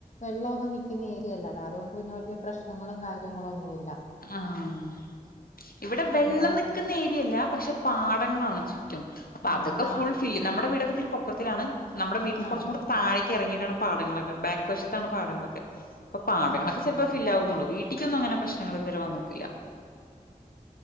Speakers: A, on the left (about 55°); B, on the left (about 80°).
A: വെള്ളൊന്നും നിക്കുന്ന ഏരിയല്ലടാ അതുകൊണ്ട് പിന്നെ വലിയ പ്രശ്നങ്ങളും കാര്യങ്ങളും ഒന്നു ഇല്ല
B: ആഹ് ഇവിടെ വെള്ളം
A: ആ
B: നിക്കുന്ന ഏരിയല്ല പക്ഷെ പാടങ്ങളാണ് ചു റ്റും അപ്പൊ
A: ആ
B: അതൊക്കെ
A: അതാ
B: ഫുൾ ഫില്ല് നമ്മുടെ വീടൊക്കെത്തിരി പൊക്കത്തിലാണ് നമ്മുടെ വീട്ടിനെ കുറച്ചും
A: ആ
B: കൂടെ താഴേക്ക് ഇറങ്ങിയിട്ടാണ് പാടങ്ങളൊക്കെ ബാക്ക്‌ വശത്താണ് പാടങ്ങളൊക്കെ ഇപ്പൊ പാടങ്ങളൊക്കെ
A: ആ ആ ആ
B: ചെലപ്പോ ഫില്ല് ആവുന്നുള്ളൂ വീട്ടിക്കൊന്നും അങ്ങനെ പ്രശ്നങ്ങൾ ഇതുവരെ വന്നിട്ടില്ല